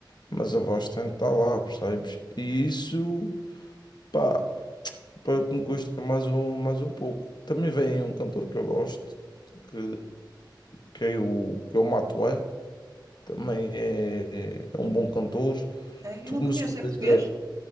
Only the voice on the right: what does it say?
É, eu não
conheço,
é português